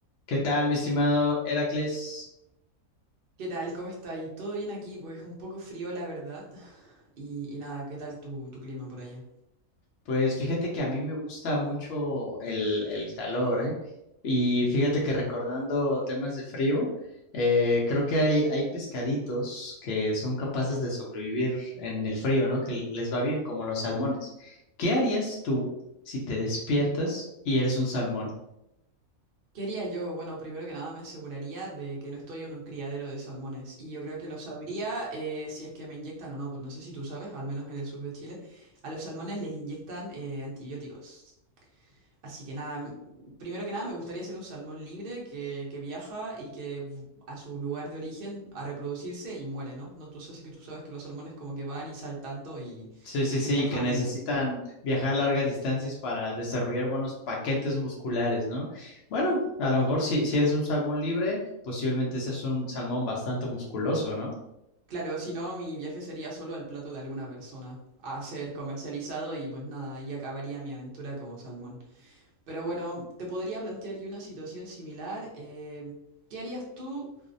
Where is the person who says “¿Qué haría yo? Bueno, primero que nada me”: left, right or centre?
Right